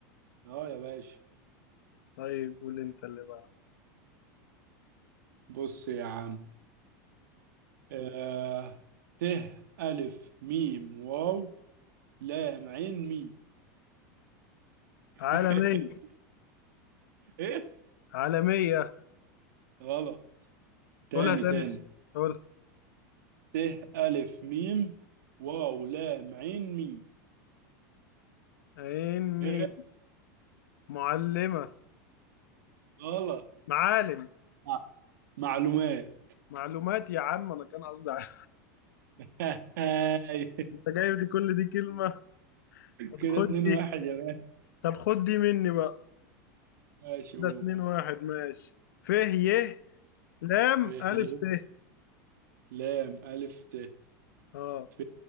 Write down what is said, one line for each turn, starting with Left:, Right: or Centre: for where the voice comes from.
Right: اه يا باشا
Left: طيب قول انت اللي بقى
Right: بص يا عم آه ت ألف ميم واو لام عين مي <laughs>
Left: عالمية
Right: إيه
Left: عالمية
Right: غلط تاني
Left: قولها تاني
Right: تاني
Left: بس قول
Right: ت ألف ميم واو لام عين مي
Left: عين مين
Right: إيه
Left: معلمة
Right: غلط
Left: معالم
Right: مع- معلومات
Left: معلومات يا عم انا كان قصدي عالم.
Right: <laughs> هاي
Left: <laughs> انت جايب دي كل دي كلمة طب
Right: كده
Left: خد
Right: اتنين
Left: دي
Right: واحد يا مان
Left: طب خد دي مني بقى
Right: ماشي
Left: ده
Right: قول
Left: اتنين واحد ماشي ف ي لام
Right: ف
Left: ألف
Right: ي
Left: ت
Right: لام ألف ت
Left: اه
Right: ف